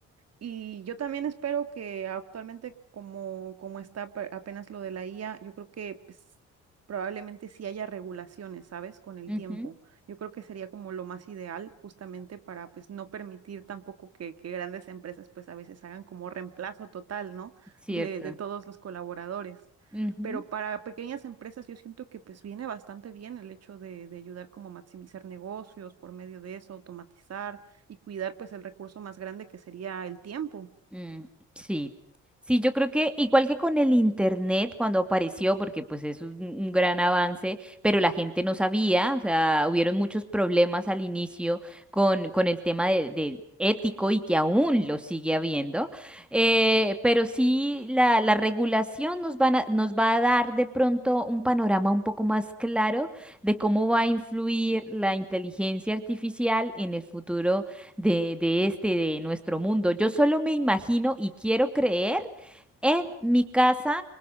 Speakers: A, on the right; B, in the centre.
A: Y yo también espero que actualmente, como, como está pe- apenas lo de la IA, yo creo que pues, probablemente sí haya regulaciones, ¿sabes? Con el
B: ujú,
A: tiempo. Yo creo que sería como lo más ideal justamente para pues no permitir tampoco que, que grandes empresas pues a veces hagan como reemplazo total, ¿no?
B: Cierto.
A: De, de todos los colaboradores.
B: Ujú.
A: Pero para pequeñas empresas yo siento que pues viene bastante bien el hecho de, de ayudar como a maximizar negocios por medio de eso, automatizar y cuidar pues el recurso más grande que sería el tiempo.
B: Mm, sí. Sí, yo creo que igual que con el internet cuando apareció, porque pues es un, un gran avance, pero la gente no sabía, o sea, hubieron muchos problemas al inicio con, con el tema de, de ético y que aún lo sigue habiendo. Eh, pero sí, la, la regulación nos van a- nos va a dar de pronto un panorama un poco más claro de cómo va a influir la inteligencia artificial en el futuro de, de este, de nuestro mundo. Yo solo me imagino y quiero creer en mi casa